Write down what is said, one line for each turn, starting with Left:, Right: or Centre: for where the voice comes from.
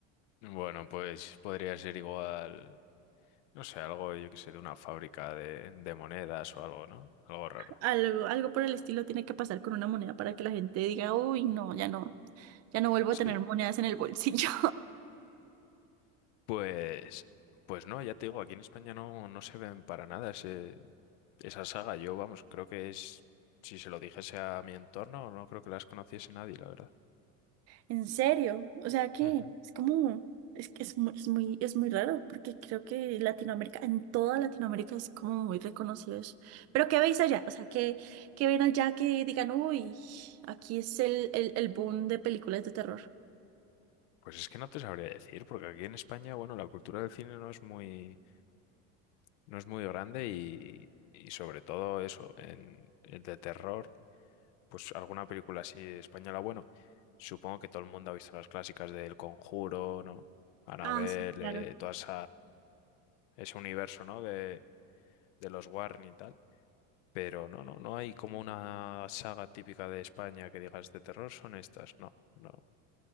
Left: Mm. Bueno, pues podría ser igual, no sé, algo, yo qué sé, de una fábrica de, de monedas o algo, ¿no? Algo raro.
Right: Algo, algo por el estilo tiene que pasar con una moneda para que la gente diga, uy, no, ya no, ya no vuelvo
Left: Sí.
Right: a tener monedas en el bolsillo.
Left: Pues, pues no, ya te digo, aquí en España no, no se ven para nada ese, esa saga. Yo, vamos, creo que es, si se lo dijese a mi entorno, no creo que las conociese nadie, la verdad.
Right: En serio, o sea que
Left: Ujú.
Right: es como, es que es muy, es muy, es muy raro, porque creo que Latinoamérica, en toda Latinoamérica es como muy reconocido eso. Pero ¿qué veis allá? O sea, ¿qué, qué ven allá que digan, uy, aquí es el, el, el boom de películas de terror?
Left: Pues es que no te sabría decir, porque aquí en España, bueno, la cultura del cine no es muy, no es muy grande y, y sobre todo eso, en, en de terror, pues alguna película así española, bueno, supongo que todo el mundo ha visto las clásicas del Conjuro, ¿no? Anabel
Right: Ah, sí, claro.
Left: todas ese universo, ¿no? De, de los Warren y tal. Pero no, no, no hay como una saga típica de España que digas de terror, son estas. No, no.